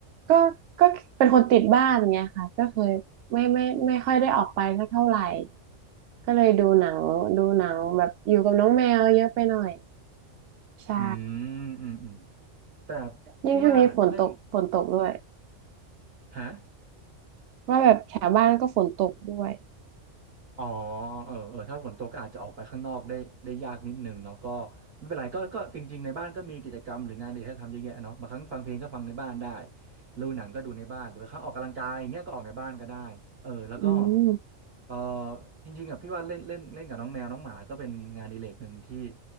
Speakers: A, on the right (about 70°); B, on the right (about 55°).
A: ก็ก็เป็นคนติดบ้านเงี้ยค่ะก็เคยไม่ไม่ไม่ค่อยได้ออกไปสักเท่าไหร่ก็เลยดูหนังดูหนังแบบอยู่กับน้องแมวเยอะไปหน่อยใช่
B: อืมอืมอืมแต่
A: ยิ่งช่วงนี้ฝนตกฝนตกด้วย
B: พี่ว่าเล่นฮะ
A: ว่าแบบแถวบ้านก็ฝนตกด้วย
B: อ๋อเออเออถ้าฝนตกก็อาจจะออกไปข้างนอกได้ได้ยากนิดนึงเนาะก็ไม่เป็นไรก็ก็จริงๆ ในบ้านก็มีกิจกรรมหรืองานอดิเรกให้ทำเยอะแยะเนาะบางครั้งฟังเพลงก็ฟังในบ้านได้ดูหนังก็ดูในบ้าน หรือบางครั้งออกกำลังกายอย่างเงี้ยก็ออกในบ้านก็ได้เออแล้วก็
A: อืม
B: เออจริงๆอ่ะพี่ว่าเล่นเล่นเล่นกับน้องแมวน้องหมาก็เป็นงานอดิเรกหนึ่งที่